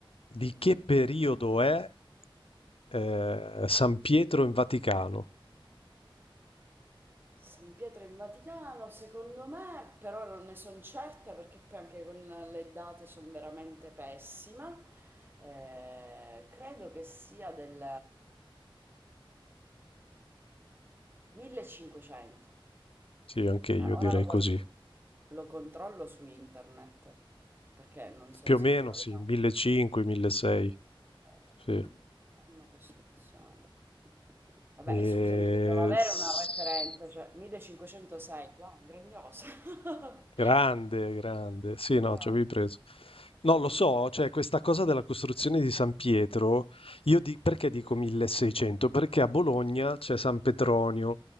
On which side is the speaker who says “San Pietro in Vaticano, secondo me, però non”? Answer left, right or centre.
Right